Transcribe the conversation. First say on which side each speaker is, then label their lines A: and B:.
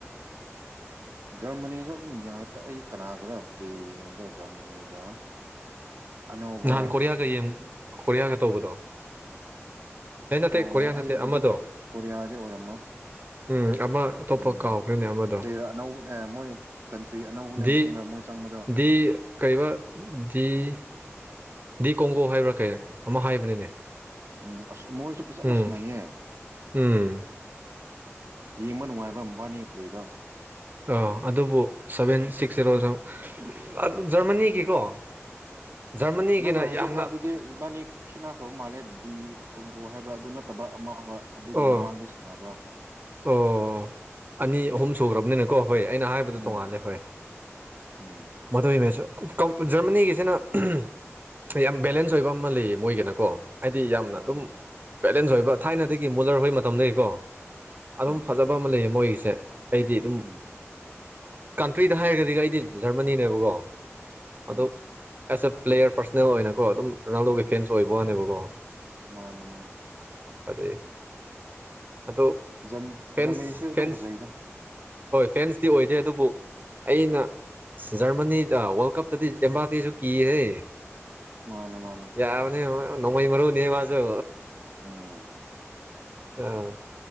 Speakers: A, on the right; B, on the right.
A: ꯖꯔꯃꯅꯤꯖꯨ ꯑꯗꯨꯝ ꯌꯥꯏꯗ ꯑꯩ ꯀꯅꯥꯒꯥꯔ ꯄ꯭ꯂꯦ ꯌꯦꯡꯕꯗꯣ ꯖꯔꯃꯅꯤꯒ ꯑꯅꯧꯕ
B: ꯅꯍꯥꯟ ꯀꯣꯔꯤꯌꯥꯒ ꯌꯦꯡ ꯀꯣꯔꯤꯌꯥꯒ ꯇꯧꯕꯗꯣ ꯑꯩ ꯅꯠꯇꯦ
A: ꯑꯣ
B: ꯀꯣꯔꯤꯌꯥ
A: ꯑꯩ
B: ꯅꯠꯇꯦ
A: ꯑꯗꯨꯗꯤ
B: ꯑꯃꯗꯣ
A: ꯀꯣꯔꯤꯌꯥꯗꯤ ꯑꯣꯏꯔꯝꯃꯣꯏ
B: ꯎꯝ ꯑꯃ ꯑꯇꯣꯞꯄ
A: ꯎꯝ
B: ꯀꯥꯎꯈ꯭ꯔꯦꯅꯦ ꯑꯃꯗꯣ
A: ꯄ꯭ꯂꯦꯌꯔ ꯑꯅꯧ ꯑꯦ ꯃꯣꯏ ꯀꯟꯇ꯭ꯔꯤ ꯑꯅꯧꯕꯅꯦꯕ
B: ꯗꯤ
A: ꯈꯪꯕ꯭ꯔꯥ ꯃꯣꯏ ꯆꯪꯕꯗꯣ
B: ꯗꯤ ꯀꯩꯕ ꯗꯤ ꯗꯤ ꯀꯣꯡꯒꯣ ꯍꯥꯏꯕ꯭ꯔꯥ ꯀꯩꯅꯣ ꯑꯃ ꯍꯥꯏꯕꯅꯤꯅꯦ
A: ꯎꯝ ꯑꯁ ꯃꯣꯏꯁꯤꯕꯨ ꯐꯖꯅ
B: ꯎꯝ
A: ꯁꯨꯅꯩꯌꯦ
B: ꯎꯝ
A: ꯌꯦꯡꯕ ꯅꯨꯡꯉꯥꯏꯕ ꯃꯣꯏꯕꯅꯤꯒꯤ ꯄ꯭ꯂꯦꯗꯣ
B: ꯑꯣ ꯑꯗꯨꯕꯨ ꯁꯚꯦꯟ ꯁꯤꯛꯁ ꯖꯦꯔꯣꯁꯨ ꯑꯗꯨ ꯖꯔꯃꯅꯤꯒꯤꯀꯣ ꯖꯔꯃꯅꯤꯒꯤꯅ
A: ꯅꯪꯅ ꯍꯧꯖꯤꯛ
B: ꯌꯥꯝꯅ
A: ꯍꯥꯏꯕꯗꯨꯗꯤ ꯏꯕꯥꯅꯤꯛ ꯈꯦꯠꯅꯈ꯭ꯔꯕ ꯃꯥꯜꯂꯦ ꯗꯤ ꯀꯣꯡꯒꯣ ꯍꯥꯏꯕ꯭ꯔꯥ ꯑꯗꯨ ꯅꯠꯇꯕ ꯑꯃ ꯑꯃ ꯑꯗꯨꯒꯤ
B: ꯑꯣ
A: ꯃꯃꯥꯡꯗ ꯁꯟꯅꯥꯕ꯭ꯔꯥ
B: ꯑꯣ ꯑꯅꯤ ꯑꯍꯨꯝ ꯁꯨꯒ꯭ꯔꯕꯅꯤꯅꯀꯣ ꯍꯣꯏ ꯑꯩꯅ ꯍꯥꯏꯕꯗꯣ
A: ꯎꯝ
B: ꯇꯣꯡꯉꯥꯜꯂꯦ ꯍꯣꯏ
A: ꯎꯝ
B: ꯃꯗꯨꯏ ꯃꯦꯁꯨ ꯀꯝ ꯖꯔꯃꯅꯤꯒꯤꯁꯤꯅ ꯎꯝ ꯌꯥꯝ ꯕꯦꯂꯦꯟꯁ ꯑꯣꯏꯕ ꯑꯃ ꯂꯩꯌꯦ ꯃꯣꯏꯒꯤꯅꯀꯣ ꯍꯥꯏꯗꯤ ꯌꯥꯝꯅ
A: ꯃꯥꯅꯦ
B: ꯑꯗꯨꯝ
A: ꯎꯝ
B: ꯕꯦꯂꯦꯟꯁ ꯑꯣꯏꯕ ꯊꯥꯏꯅꯗꯒꯤ ꯃꯨꯂꯔ ꯍꯣꯏ ꯃꯇꯝꯗꯒꯤꯀꯣ ꯑꯗꯨꯝ
A: ꯎꯝ
B: ꯐꯖꯕ ꯑꯃ ꯂꯩꯌꯦ ꯃꯣꯏꯒꯤꯁꯦ ꯑꯩꯗꯤ ꯑꯗꯨꯝ
A: ꯎꯝ
B: ꯀꯟꯇ꯭ꯔꯤꯗ ꯍꯥꯏꯔꯒꯗꯤ ꯑꯩꯗꯤ ꯖꯔꯃꯅꯤꯅꯦꯕꯀꯣ ꯑꯗꯨꯝ
A: ꯎꯝ
B: ꯑꯦꯁ ꯑꯦ ꯄ꯭ꯂꯦꯌꯔ ꯄꯔꯁꯅꯦꯜ ꯑꯣꯏꯅꯀꯣ ꯑꯗꯨꯝ ꯔꯣꯅꯥꯜꯗꯣꯒꯤ ꯐꯦꯟꯁ ꯑꯣꯏꯕ ꯋꯥꯅꯦꯕꯀꯣ
A: ꯃꯥꯅꯤ ꯃꯥꯅꯤ
B: ꯑꯗꯩ ꯑꯗꯣ
A: ꯖꯝ
B: ꯐꯦꯟꯁ
A: ꯖꯔꯃꯤꯅꯤꯁꯨ ꯑꯗꯨꯝ
B: ꯐꯦꯟꯁ
A: ꯐꯖꯩꯗ
B: ꯍꯣꯏ ꯐꯦꯟꯁꯇꯤ ꯑꯣꯏꯗꯦ ꯑꯗꯨꯕꯨ ꯑꯩꯅ ꯖꯔꯃꯅꯤꯗ ꯋꯥ꯭ꯔꯜꯗ ꯀꯞꯇꯗꯤ ꯑꯦꯝꯕꯥꯄꯦꯖꯨ ꯀꯤꯍꯦ
A: ꯃꯥꯅꯦ ꯃꯥꯅꯦ
B: ꯌꯥꯕꯅꯤꯃ ꯅꯣꯡꯃꯩ ꯃꯔꯨꯅꯦ ꯃꯥꯖꯨ
A: ꯎꯝ
B: ꯑꯥ